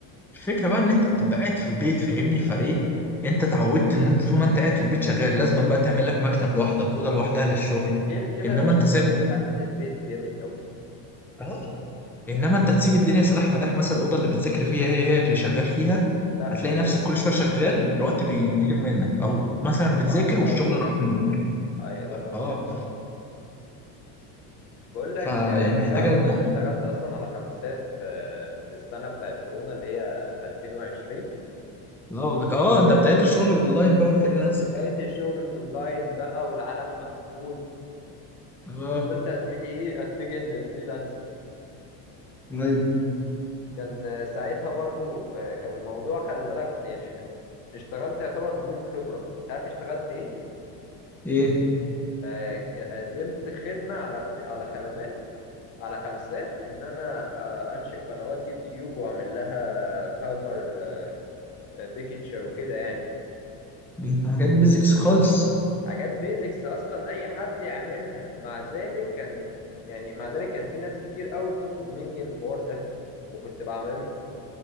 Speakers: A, in the centre; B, on the left.
A: الفكره بقى ان انت بتبقى قاعد في البيت فاهمني فايه انت اتعودت ان انت طول ما انت قاعد في البيت شغال لازم بقى تعمل لك مكتب لوحدك اوضه لوحدها للشغل
B: غير كده
A: انما
B: يا باشا
A: انت
B: انت
A: ثابت
B: هتزهق من البيت جامد قوي
A: اه انما انت هتسيب الدنيا سداح مداح مثلا الاوضه اللي بتذاكر فيها هي هي اللي شغال فيها
B: لا
A: هتلاقي
B: مش هتنفع
A: نفسك كل شويه شغال الوقت بيطير منك او مثلا
B: مش هينفع
A: بتذاكر
B: خالص
A: والشغل راح منك
B: اي لا لا مش
A: اه
B: هينفع يا زميلي بقول
A: فيعني
B: لك آه،
A: محتاجه
B: تعرف
A: الموضوع
B: ان انا اشتغلت اصلا على خمسات في في السنه بتاعت كورونا اللي هي 2020
A: لا أقول لك اه ده بدايه الشغل الاونلاين بقى والفريلانسنج
B: بدايه الشغل الاونلاين بقى والعالم مقفول
A: اه
B: قلت يا زميلي ايه اتجه للفريلانسنج
A: ايوه
B: كان آه، ساعتها برضو آه، كان الموضوع خلي بالك يعني اشتغلت يعتبر بدون خبرة تعرف اشتغلت ايه
A: ايه
B: آه، قدمت خدمة على فري... على خدمات على خمسات ان انا آه، انشئ قنوات يوتيوب واعمل لها كفر بيكتشر وكده يعني
A: دي حاجات بيزكس خالص
B: حاجات بيزكس اصلا اي حد يعملها مع ذلك كان يعني مع ذلك كان في ناس كتير قوي بتطلب مني الحوار ده وكنت بعمله